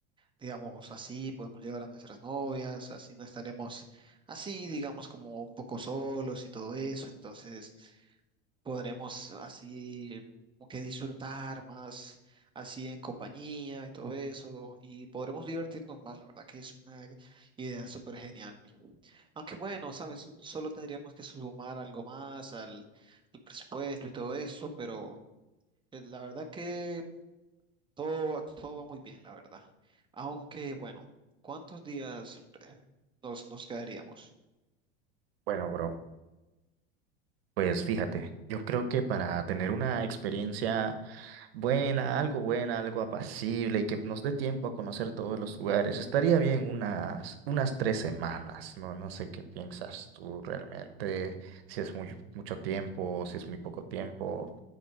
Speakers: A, on the right; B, on the right.
A: digamos, así podemos llevar a nuestras novias, así no estaremos así, digamos, como un poco solos y todo eso, entonces podremos así como que disfrutar más, así en compañía y todo eso, y podremos divertirnos más, la verdad que es una idea súper genial. Aunque bueno, sabes, solo tendríamos que sumar algo más al, al presupuesto y todo eso, pero... eh, La verdad que todo, todo va muy bien, la verdad. Aunque, bueno, ¿cuántos días eh, nos, nos quedaríamos?
B: Bueno, bro. Pues fíjate, yo creo que para tener una experiencia buena, algo buena, algo apacible y que nos dé tiempo a conocer todos los lugares, estaría bien unas, unas tres semanas, ¿no? No sé qué piensas tú realmente, si es muy, mucho tiempo, si es muy poco tiempo.